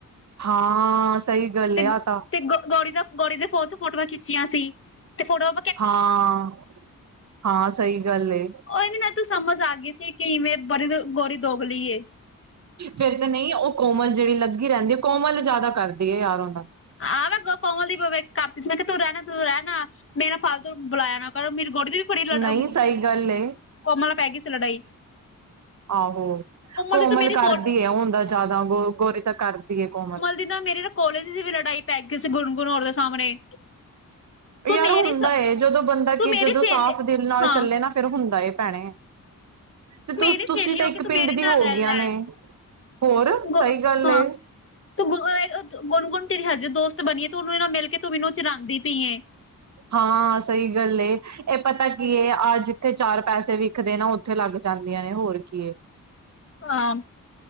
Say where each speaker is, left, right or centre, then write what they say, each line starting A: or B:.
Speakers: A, on the right; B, on the left.
A: ਹਾਂ, ਸਈ ਗਲ
B: ਤੇ
A: ਏ ਆ ਤਾਂ।
B: ਤੇ ਗੋ ਗੋਰੀ ਦਾ ਗੋਰੀ ਦੇ ਫੋਨ ਤੋਂ ਫੋਟੋਆਂ ਖਿੱਚੀਆਂ ਸੀ, ਤੇ ਫੋਟੋਆਂ
A: ਹਾਂ-ਹਾਂ ਸਹੀ ਗੱਲ ਏ।
B: ਓ ਵੀ ਨਾ ਏਥੋਂ ਸਮਝ ਆ ਗਈ ਸੀ ਕਿ ਗੋਰੀ ਦੋਗਲੀ ਏ।
A: ਫੇਰ ਤੇ ਨਹੀਂ ਉਹ ਕੋਮਲ ਜਿਹੜੀ ਲੱਗੀ ਰਹਿੰਦੀ ਕੋਮਲ ਜਿਆਦਾ ਕਰਦੀ ਹੈ ਯਾਰ ਉਹਦਾ।
B: ਆ ਮੈਂ ਕਮਲ ਦੀਖ ਕਰਤੀ ਸੀ ਮੈਂ ਕਿਹਾ ਤੂੰ ਰਹਿਣਾ ਤੂੰ ਰਹਿਣਾ। ਮੇ ਨਾਲ ਫਾਲਤੂ ਬੁਲਾਇਆ ਨਾ ਕਰੋ ਮੇਰੀ ਗੋੜ ਦੇ ਵੀ ਬੜੀ ਲੜ
A: ਨਹੀਂ ਸਹੀ ਗੱਲ ਏ
B: ਕੋਮਲ ਪੈ ਗਈ ਸੀ ਲੜਾਈ।
A: ਆਹੋ ਕੋਮਲ
B: ਦੀ ਤਾਂ ਮੇਰੇ
A: ਕਰਦੀ
B: ਕੋਲ
A: ਹੈ ਹੁੰਦਾ ਜ਼ਿਆਦਾ ਗੋ ਗੋਰੀ ਤਾਂ ਕਰਦੀ ਹੈ ਕੋਮਲ
B: ਜਦਾਂ ਮੇਰੇ ਨਾ ਕੋਲੇਜ ਦੀ ਵੀ ਲੜਾਈ ਪੈ ਗਈ ਸੀ ਗੁਣਗੁਣ ਹੋ ਦੇ ਸਾਹਮਣੇ। ਤੂੰ
A: ਯਾਰ
B: ਮੇਰੇ
A: ਹੁੰਦਾ ਜਦੋਂ ਬੰਦਾ
B: ਤੂੰ
A: ਕਿ
B: ਮੇਰੀ
A: ਜਦੋਂ
B: ਸਹੇਲੀ
A: ਸਾਫ਼ ਦਿਲ ਨਾਲ
B: ਹਾਂ
A: ਚੱਲੇ
B: ਤੂੰ
A: ਨਾ ਫੇਰ ਹੁੰਦਾ ਏ ਭੈਣੇ। ਤੇ
B: ਮੇਰੀ ਸਹੇਲੀ
A: ਤੁਸੀਂ ਤਾਂ
B: ਹੋ
A: ਇੱਕ
B: ਕੇ ਤੂੰ
A: ਪਿੰਡ
B: ਮੇਰੇ
A: ਦੀ
B: ਨਾਲ
A: ਹੋ
B: ਰਹਿ
A: ਗਈਆਂ
B: ਰਹਿ
A: ਨੇ ਹੋਰ
B: ਗ
A: ਸਹੀ ਗੱਲ
B: ਹਾਂ
A: ਏ।
B: ਤੂੰ ਗੁਣ ਗੁਣ ਗੁਣ ਤੇਰੀ ਹਜੇ ਦੋਸਤ ਬਣੀਏ ਤੇ ਉਹਨੂੰ ਇਹ ਨਾਲ ਮਿਲ ਕੇ ਤੂੰ ਮੈਨੂੰ ਚਰਾਉਂਦੀ ਪਈ ਏ।
A: ਹਾਂ ਸਹੀ ਗੱਲ ਏ ਇਹ ਪਤਾ ਕੀ ਹੈ ਆਹ ਜਿੱਥੇ ਚਾਰ ਪੈਸੇ ਵਿਖਦੇ ਨਾ ਉੱਥੇ ਲੱਗ ਜਾਂਦੀਆਂ ਨੇ ਹੋਰ ਕੀ ਏ।
B: ਹਾਂ।